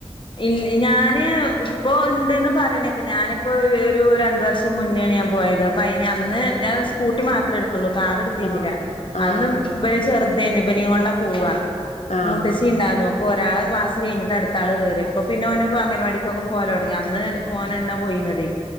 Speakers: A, on the left; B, on the left.
A: ഇ ഞാന് ഇപ്പൊ ഉണ്ട്ന്ന് പറയണേ കേക്കാം. ഞാനിപ്പോ ഒരു രണ്ടു വർഷം മുന്നാണ് ഞാൻ പോയത് അപ്പ അതിന് അന്ന് ഞാൻ സ്കൂട്ടി മാത്രം എടുത്ത ള്ളു. കാർ എടുത്തിരുന്നില്ല
B: ആഹ് ആഹ്
A: അന്നും ഇവൻ ചെറുതേന്ന് ഇവനെ കൊണ്ടാ പോവാ
B: ആഹ്
A: മുത്തേച്ചി ഉണ്ടായിരുന്നു. അപ്പം ഒരാളുടെ ക്ലാസ് കഴിഞ്ഞിട്ട് അടുത്താള് കേറി. അപ്പൊ പിന്നെ ഓന് അംഗൻവാടിക്കൊക്കെ പോവല് തൊടങ്ങി അന്ന് ഓന് എന്നെ പോയിനതെ